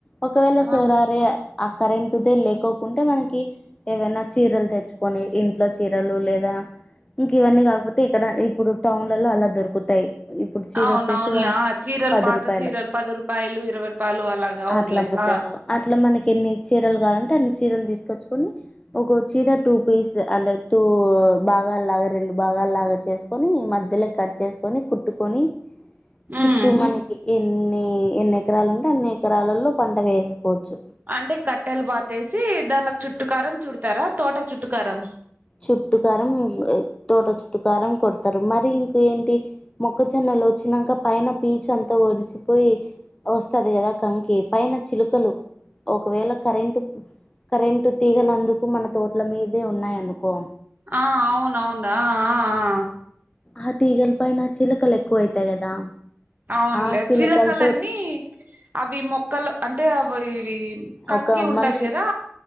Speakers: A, on the left (about 20°); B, on the right (about 40°).
A: ఒకవేళ
B: ఆ
A: సొరరే ఆ కరెంట్ దే లేకోకుంటే మనకి ఏవైనా చీరలు తెచ్చుకొని ఇంట్లో చీరలు లేదా ఇంక ఇవన్నీ కాకపోతే ఇక్కడ ఇప్పుడు టౌన్లలో అలా దొరుకుతాయి ఇప్పుడు చీర
B: అవున్నావునులే
A: వచ్చేసి
B: ఆ చీరలు
A: పది
B: పాత
A: రూపాయలు
B: చీరలు పది రూపాయలు ఇరవై రూపాయలు అలాగా అవునులే
A: అట్లా అమ్ముతారు
B: ఆ
A: అట్లా మనకి ఎన్ని చీరలు కావాలంటే అన్ని చీరలు తీసుకు కొచ్చుకొని ఒకచ్చీద టూ పీస్ అంటే టూ భాగాల్లాగా రెండు భాగాల్లాగా చేసుకొని మధ్యల కట్ చేసుకొని కుట్టుకొని చుట్టూ
B: ఉమ్
A: మనకీ ఏన్ న్నీ ఎన్ని ఎకరాలు ఉంటే అన్నీ ఎకరాలలో పంటను వేసుకోవచ్చు
B: అంటే కట్టెలు పాతేసీ దాంట్ల చుట్టు కారం చుడతారా తోట చుట్టు కారం
A: చుట్టుకారం తోట చుట్టుకారం కొడతరు మరీ ఇంకేంటి మొక్కజొన్నలు వచ్చినంక పైన పీచంతా ఒడిచిపోయి వస్తది కదా కంకీ పైన చిలుకలు ఒకవేళ కరెంటు కరెంటు తీగలందుకు మన తోటల మీదే ఉన్నాయను కో
B: ఆ అవునవును ఆ ఆ ఆ
A: ఆ తీగల్ పైన చిలకలు ఎక్కువ ఐతయి కదా
B: అవునులే
A: ఆ చిలుకలతో
B: చిలకలన్నీ అవి మొక్కల్ అంటే అవి ఇవీ కంకీ
A: ఒక
B: ఉంటది
A: మనిషి
B: గదా